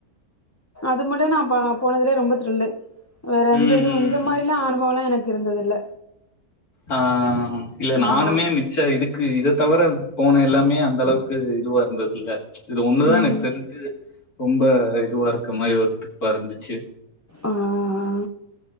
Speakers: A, on the left (about 15°); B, on the left (about 75°).
A: இது மட்டு நா பா போனதுலே ரொம்ப த்ரில்லு வேற எந்த
B: ம்
A: இதுவு இந்த மாரில்லா அனுபவலா எனக்கு இருந்ததில்ல
B: ஆ இல்ல நானுமே
A: ஆமா
B: மி ச்ச இதுக்கு இதத் தவர போன எல்லாமே அந்தளவுக்கு இதுவா இருந்ததில்ல இது ஒன்னுதா
A: ம்
B: எனக் தெரிஞ்சு ரொம்ப இதுவாருக்க மாரி ஒரு டிரிப்பாருந்துச்சு
A: ஆ ஆ